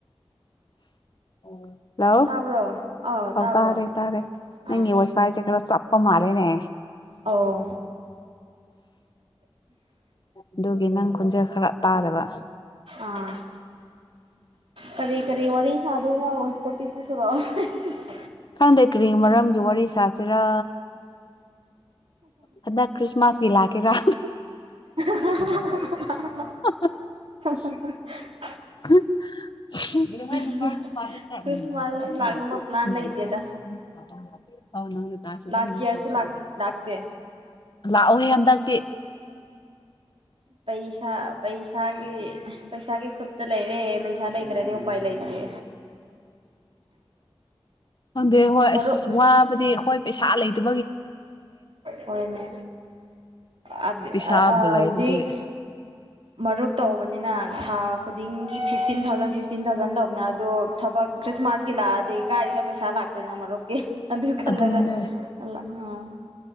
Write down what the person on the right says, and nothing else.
ꯇꯥꯕ꯭ꯔꯣ ꯑꯥꯎ
ꯇꯥꯕ꯭ꯔꯣ
ꯑꯥ
ꯑꯥꯎ
ꯑꯥ ꯀꯔꯤ ꯀꯔꯤ ꯋꯥꯔꯤ ꯁꯥꯗꯨꯏꯅꯣ ꯇꯣꯄꯤꯛ ꯄꯨꯊꯣꯔꯛꯑꯣ <inaudible>
<unintelligible>
<inaudible>
ꯈ꯭ꯔꯤꯁꯃꯥꯁ ꯈ꯭ꯔꯤꯁꯃꯥꯁ ꯂꯥꯛꯅꯕ ꯄ꯭ꯂꯥꯟ ꯂꯩꯇꯦꯗ ꯂꯥꯁ
ꯏꯌꯔꯁꯨ
ꯂꯥꯛ ꯂꯥꯛꯇ
ꯄꯩꯁꯥ ꯄꯩꯁꯥꯒꯤ ꯄꯩꯁꯥꯒꯤ ꯈꯨꯨꯠꯇ ꯂꯩꯔꯦ ꯄꯩꯁꯥ ꯂꯩꯇ꯭ꯔꯗꯤ ꯎꯄꯥꯏ ꯂꯩꯇꯦ
ꯃꯔꯨꯞ
ꯍꯣꯏꯅꯦ ꯑꯥ
ꯑꯥ
ꯍꯧꯖꯤꯛ ꯃꯔꯨꯞ ꯇꯧ ꯅꯤꯅ ꯊ ꯒꯤ ꯐꯤꯐꯇꯤꯟ ꯊꯥꯎꯖꯟ ꯐꯤꯇꯤꯟ ꯆꯤꯟꯗꯖꯟꯗꯕ ꯑꯗꯨꯣ ꯊꯕꯛ ꯈ꯭ꯔꯤꯁꯃꯥꯁ ꯒꯤꯂꯥꯗꯦ ꯀꯥꯔꯤ ꯀ ꯄꯩꯁꯥ ꯂꯥꯛꯇ ꯅ ꯑꯃꯔꯣꯛꯦ ꯑꯗꯨ ꯀꯜꯂꯒ
ꯑꯂ ꯑꯣ